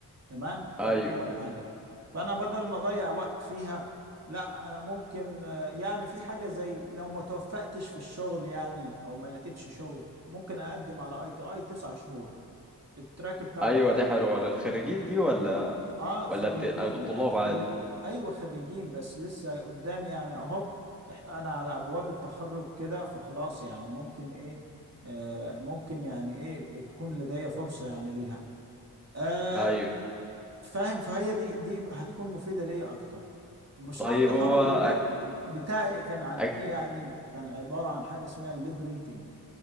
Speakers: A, on the right; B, in the centre.
A: تمام فدي
B: ايوه
A: اول حاجه فانا بدل ما اضيع وقت فيها لا انا ممكن آه، يعني في حاجه زي لو ما توفقتش في الشغل يعني او ما لقيتش شغل ممكن اقدم على اي تي اي تسع شهور التراك بتاع
B: ايوه
A: الاي اي
B: دي حلوه للخريجين دي ولا
A: اه خريجين
B: ولا بتبقى للطلاب
A: يعني خريج
B: عادي
A: ايوه خريجين بس لسه قدامي يعني اهو إح- انا على ابواب التخرج كده فخلاص يعني ممكن ايه آه ممكن يعني ايه تكون لدي فرصه يعني ليها آه
B: ايوه
A: فاهم فهي دي دي هتكون مفيدة ليا اكتر ومشروع
B: طيب
A: التخرج
B: هو أك...
A: بتاع بتاعي كان عن
B: أك...
A: ايه يعني كان عبارة عن حاجة اسمها الليب ريدنج